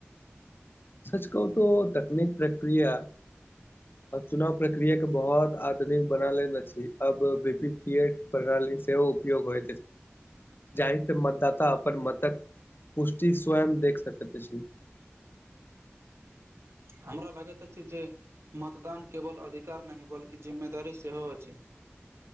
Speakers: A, on the left (about 50°); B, on the right (about 80°).
A: सच कहू त तकनीक प्रक्रिया चुनाव प्रक्रिया के बहुत आधुनिक बनाल अछि अब बी पी प से उयो हो जाहि दाता अपन मतक पुष्टि स्वयं देख सकैत अछि
B: हमरा लगैत अछि जे मतदान केवल अधिकार नहि बल्कि जिम्मेदारी सेहो अछि <inaudible>